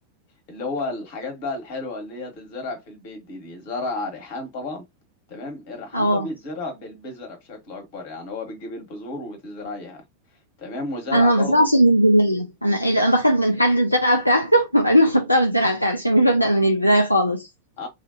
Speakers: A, on the left; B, on the left.
A: اللي هو الحاجات بقى الحلوة اللي هي تتزرع في البيت دي دي زرع ريحان طبعا تمام الريحان
B: اه
A: ده بيتزرع بالبذرة بشكل أكبر يعني هو بتجيب البذور وتزرعيها تمام وزرع
B: انا
A: برضه
B: ما بزرعش من البدايه انا إيه، انا باخد من حد الزرعه بتاعته <laughs> وبعدين احطها في الزرعه بتاعتي عشان مش ببدا من البدايه خالص
A: اه